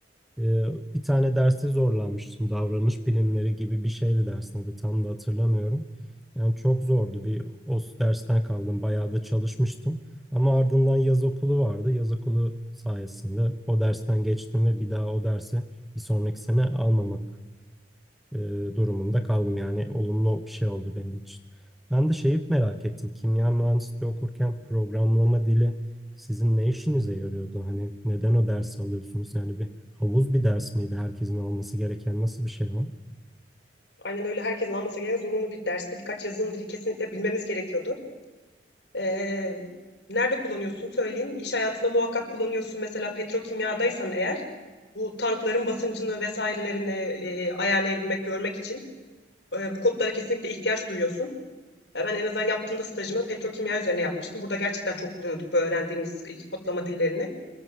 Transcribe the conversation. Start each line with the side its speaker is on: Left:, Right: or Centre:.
Centre: E, bir tane derste zorlanmıştım. Davranış bilimleri gibi bir şeydi dersin adı. Tam da hatırlamıyorum. Yani çok zordu. Bir o dersten kaldım. Bayağı da çalışmıştım. Ama ardından yaz okulu vardı. Yaz okulu sayesinde o dersten geçtim ve bir daha o dersi bir sonraki sene almamak e, durumunda kaldım. Yani olumlu bir şey oldu benim için. Ben de şeyi merak ettim. Kimya mühendisliği okurken programlama dili sizin ne işinize yarıyordu? Hani neden o dersi alıyorsunuz? Yani bir havuz bir ders miydi herkesin alması gereken nasıl bir şey o?
Left: Aynen öyle herkesin alması gereken zorunlu bir derste birkaç yazılım dili kesinlikle bilmemiz gerekiyordu. Ee, nerede kullanıyorsun söyleyeyim. İş hayatında muhakkak kullanıyorsun. Mesela petrokimyadaysan eğer bu tankların basıncını vesairelerini e, ayarlayabilmek, görmek için e, bu kodlara kesinlikle ihtiyaç duyuyorsun. Ya Ben en azından yaptığımda stajımı petrokimya üzerine yapmıştım. Burada gerçekten çok kullanıyorduk bu öğrendiğimiz iki kodlama dillerini.